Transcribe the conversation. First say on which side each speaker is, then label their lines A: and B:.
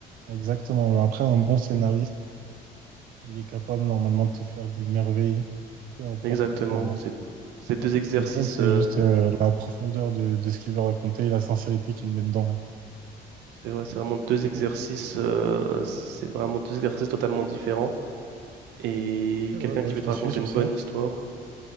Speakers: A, on the right; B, on the right.
A: exactement. Mais Après, un bon scénariste, il est capable normalement de te faire des merveilles, peu importe
B: Exactement.
A: le format.
B: C'est, c'est deux exercices.
A: Ce qui compte, c'est
B: euh,
A: juste euh, la profondeur de, de ce qu'il veut raconter et la sincérité qu'il met dedans.
B: c'est vrai, c'est vraiment deux exercices, euh, c'est vraiment deux exercices totalement différents. Et
A: C'est
B: quelqu'un
A: vrai, ouais,
B: qui
A: je
B: veut te
A: te
B: raconter
A: suis sur
B: une
A: ça.
B: bonne histoire,